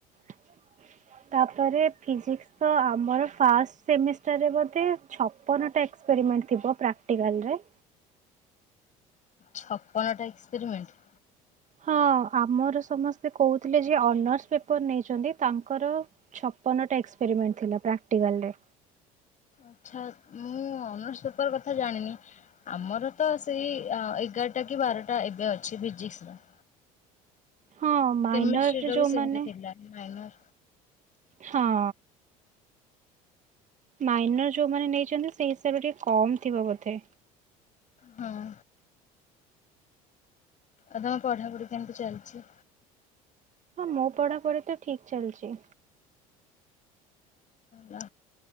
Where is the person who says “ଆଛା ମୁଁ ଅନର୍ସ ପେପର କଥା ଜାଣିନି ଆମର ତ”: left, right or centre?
Left